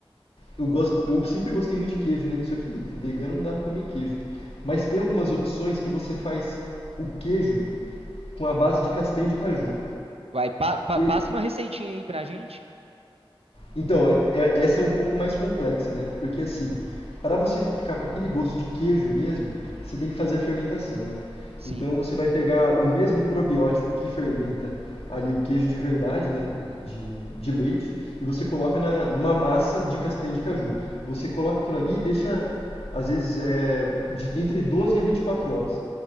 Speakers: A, on the left; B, on the right.
A: eu gosto, eu sempre gostei muito de queijo, né? Só que vegano não dá pra comer queijo. Mas tem algumas opções que você faz o queijo com a base de castanha de caju.
B: Vai, pa- pa-
A: E
B: passa
A: aí,
B: uma receitinha aí pra gente.
A: Então, é- é- essa é um pouco mais complexa, né? Porque assim, para você ficar com aquele gosto de queijo mesmo, você tem que fazer a fermentação, né?
B: Sim.
A: Então você vai pegar o mesmo probiótico que fermenta ali o queijo de verdade, né? De, de leite, e você coloca na, numa massa de castanha de caju. Você coloca aquilo ali e deixa, às vezes, é, de- entre 12 a 24 horas.